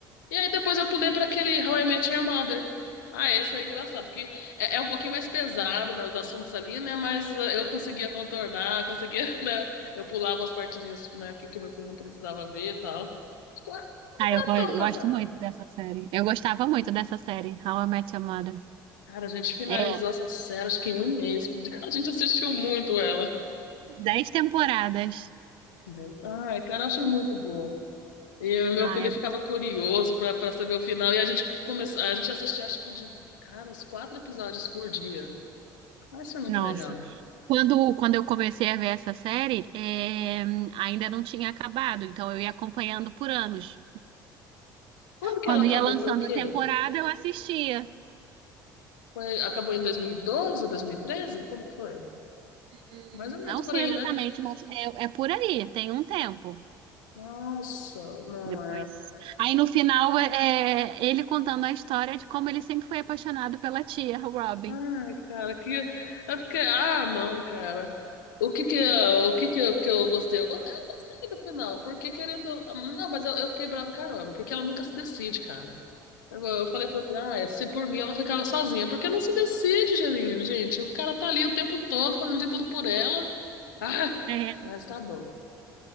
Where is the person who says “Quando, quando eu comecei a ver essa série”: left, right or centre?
Right